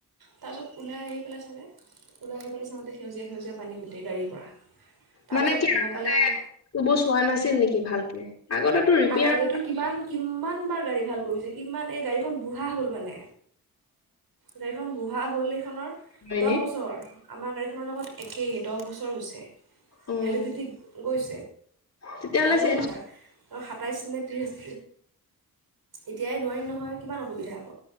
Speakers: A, on the right (about 75°); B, on the left (about 45°).
A: তাৰপাছত ওলাই আহি পেলাই চালে ওলাই আহি পেলাই চাওঁতে সেউজীয়া সেউজীয়া পানী গোটেই গাড়ীৰ পৰা তাৰপিছত
B: মানে কি
A: গম
B: আগতে
A: পালে অঁ
B: সেইবোৰ চোৱা নাছিল নেকি ভালকে, আগতে তো ৰিপেয়াৰ
A: আগতেতো
B: কৰা
A: কিমান বাৰ গাড়ী ভাল কৰিছে কিমান এই গাড়ীখন বুঢ়া হ'ল মানে। গাড়ীখন বুঢ়া হ'ল সেইখনৰ
B: হয় এনেই,
A: দহ বছৰ আমাৰ গাড়ীখনৰ লগত একেই দহ বছৰ হৈছে
B: অ',
A: ভেলীডিটি গৈছে।
B: তেতিয়াহ'লে
A: তাৰপিছত
B: চেঞ্জ
A: মাল সাতাইছ নে ত্ৰিছ এতিয়াই নোৱাৰিম নহয় কিমান অসুবিধা আক